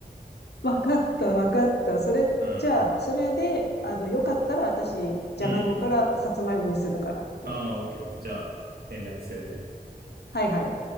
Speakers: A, on the left; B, on the right.
A: わかった、わかった。それ、
B: うん。
A: じゃあ、それで、あの、よかったら私、
B: うん。
A: じゃがいもからさつまいもにするから。
B: ああ、オッケーオッケー。じゃあ、連絡するね。
A: はいはい。